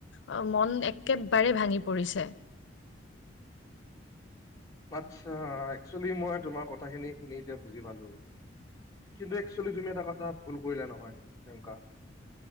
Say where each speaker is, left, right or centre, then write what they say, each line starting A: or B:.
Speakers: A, on the left (about 75°); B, on the left (about 20°).
A: অ মন একেবাৰে ভাঙি পৰিছে।
B: আচ্ছা, একচলি মই তোমাৰ কথাখিনি শুনি এতিয়া বুজি পালো। কিন্তু একচুৱেলি তুমি এটা কথা ভুল কৰিলা নহয় তেনকা?